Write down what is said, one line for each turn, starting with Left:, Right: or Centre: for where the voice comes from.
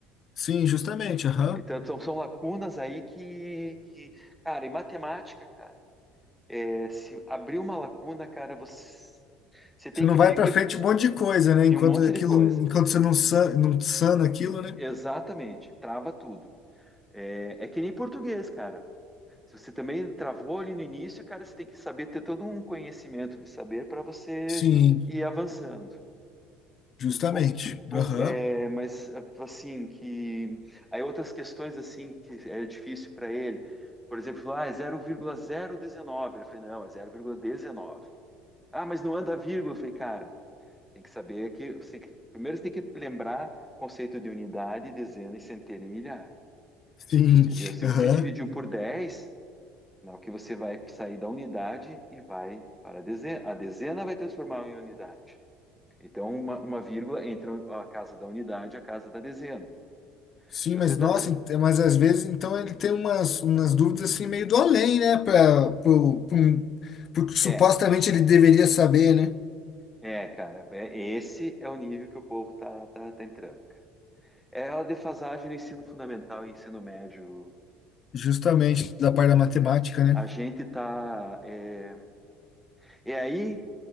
Left: Sim, justamente. Aham.
Centre: Então, são, são lacunas aí que, que, cara, em matemática, cara, é, se abrir uma lacuna, cara, você, você tem
Left: Você não
Centre: que
Left: vai
Centre: meio
Left: pra
Centre: que
Left: frente um monte de coisa, né? Enquanto
Centre: em um monte
Left: aquilo,
Centre: de coisa.
Left: enquanto você não sana, não sana aquilo, né?
Centre: Exatamente, trava tudo. É, é que nem português, cara. Se você também travou ali no início, cara, você tem que saber ter todo um conhecimento de saber para você
Left: Sim.
Centre: ir avançando.
Left: Justamente.
Centre: Com- com-
Left: Aham.
Centre: é, mas assim que aí outras questões assim que é difícil para ele, por exemplo, ah, é 0,019. Eu falei, não, é 0,19. Ah, mas não anda vírgula. Eu falei, cara, tem que saber que, você tem que- primeiro você tem que lembrar o conceito de unidade, dezena e centena e milhar,
Left: Sim.
Centre: entendeu? Se
Left: Aham.
Centre: você dividiu por 10, não, que você vai sair da unidade e vai para a dezena. A dezena vai transformar em unidade. Então, uma, uma vírgula entre a casa da unidade e a casa da dezena.
Left: Sim,
Centre: Se você
Left: mas
Centre: está.
Left: nossa, ent- mas às vezes então ele tem umas, umas dúvidas assim meio do além, né? Pra, pro, pro, porque supostamente
Centre: É,
Left: ele deveria saber, né?
Centre: é, cara. é- esse é o nível que o povo tá, tá, tá entrando, cara. É a defasagem no ensino fundamental e ensino médio.
Left: Justamente da parte da matemática, né?
Centre: A gente tá. É, é aí